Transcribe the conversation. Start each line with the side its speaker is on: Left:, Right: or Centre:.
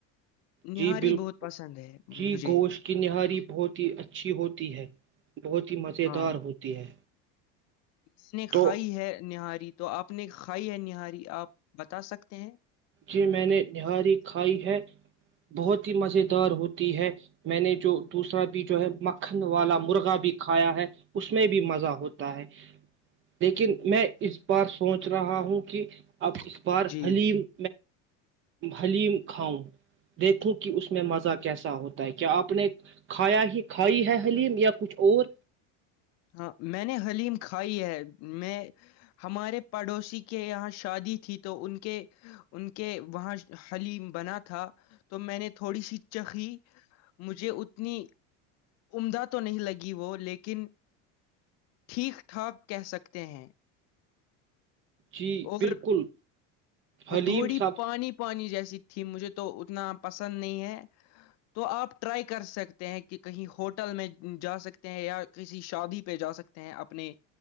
Left: نہاری
Right: جی بالکل
Left: بہت پسند ہے مجھے
Right: جی گوشت کی نہاری بہت ہی اچھی ہوتی ہے بہت ہی مز
Left: ہاں
Right: دار ہوتی ہے
Left: میں نے کھائی
Right: تو
Left: ہے نہاری تو آپ نے کھائی ہے نہاری آپ بتا سکتے ہیں
Right: جی میں نے نہاری کھائی ہے بہت ہی مز دار ہوتی ہے میں نے جو دوسرا بھی جو ہے مکھن والا مرغا بھی کھایا ہے اس میں بھی مزہ ہوتا ہے لیکن میں اس بار سوچ رہا ہوں کہ اب اخبار
Left: جی
Right: حلیم حلیم کھاؤں دیکھوں کہ اس میں مزہ کیسا ہوتا ہے کیا آپ نے کھایا ہی کھائی ہے حلیم یا کچھ اور
Left: ہاں میں نے حلیم کھائی ہے میں ہمارے پڑوسی کے یہاں شادی تھی تو ان کے ان کے وہاں حلیم بنا تھا تو میں نے تھوڑی سی چخی مجھے اتنی عمدہ تو نہیں لگی وہ لیکن ٹھیک ٹھاک کہہ سکتے ہیں
Right: جی
Left: اور
Right: بالکل
Left: وہ
Right: حلیم
Left: تھوڑی
Right: سب
Left: پانی پانی جیسی تھی ت مجھے تو اتنا پسند نہیں ہے تو آپ ٹرائی کر سکتے ہیں کہ کہیں ہوٹل میں جا سکتے ہیں یا کسی شادی پہ جا سکتے ہیں اپنے